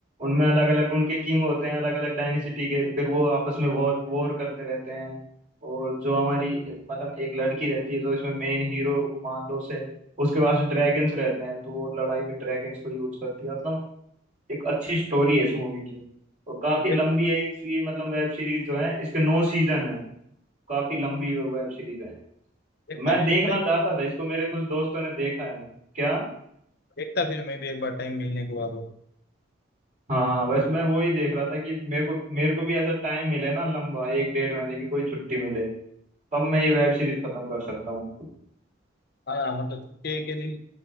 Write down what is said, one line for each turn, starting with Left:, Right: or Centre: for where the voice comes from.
Right: उनमें अलग अलग उनके किंग होते हैं अलग अलग डायनेसिटी के फिर वो आपस में वॉर वॉर करते रहते हैं और जो हमारी मतलब एक लड़की रहती है जो इसमें मेन हीरो मान लो से उसके पास ड्रैगन्स रहते हैं तो वो लड़ाई में ड्रैगन्स को यूज करती है मतलब एक अच्छी स्टोरी है इस मूवी की और काफी
Left: देख,
Right: लंबी है इसकी मतलब वेब सीरीज जो है इसके नौ सीजन है काफी लंबी वेब सीरीज है
Left: देखता
Right: मैं
Left: मैं
Right: देखना
Left: भी टाइम
Right: चाहता था इसको मेरे कुछ दोस्तों ने देखा है क्या
Left: देखता फिर मैं भी एक बार टाइम मिलने के बाद वो।
Right: हाँ बस मैं वही देख रहा था कि मेरे को मेरे को भी ऐसा टाइम मिले ना लंबा एक डेढ़ महीने की कोई छुट्टी मिले तब मैं ये वेब सीरीज खत्म कर सकता हूँ
Left: हाँ मतलब छुट्टी के दिन